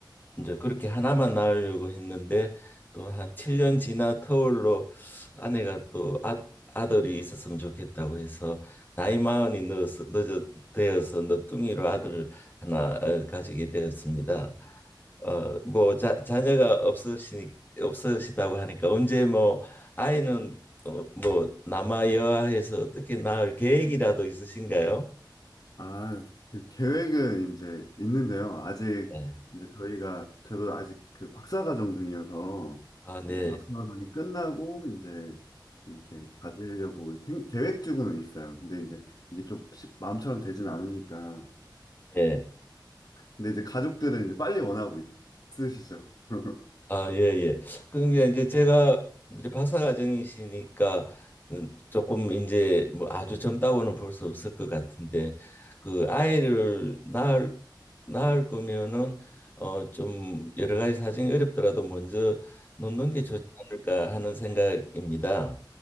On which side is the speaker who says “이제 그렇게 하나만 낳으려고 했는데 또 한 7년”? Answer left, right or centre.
Left